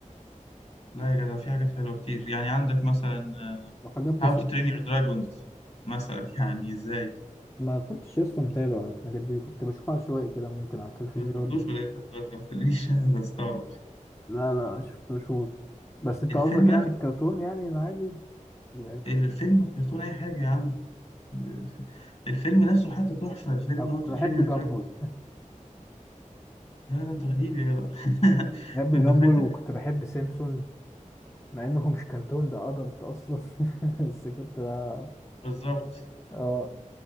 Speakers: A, on the left; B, on the left.
A: لا يا جدع في حاجات حلوه كتير يعني عندك مثلا
B: وحاجات بسيطة
A: هاو تو ترين يور دراجونز مثلا <laughs> يعني ازاي؟
B: ما كنتش لسه متابع الحاجات دي كنت بشوفها شوية كده ممكن على التلفزيون
A: ما سمعتوش ولا ايه لحد دلوقتي ما تخلينيش <laughs> استغرب
B: لا لا شفتوش هو بس أنت
A: الفيلم
B: قصدك يعني
A: نفسه
B: الكرتون يعني العادي ولا إيه؟
A: الفيلم كرتون اي حاجه يا عم <laughs> الفيلم نفسه حتى تحفه الفيلم
B: أنا كنت
A: هاو تو
B: بحب
A: ترين يور
B: جامبول
A: دراجونز لا ده انت غريب يا جدع <laughs>
B: <laughs> بحب
A: انت
B: جامبول
A: فايتك
B: وكنت بحب سيمسون مع إنه مش كرتون ده أدلت أصلا <laughs> بس كنت ب-
A: بالظبط
B: اه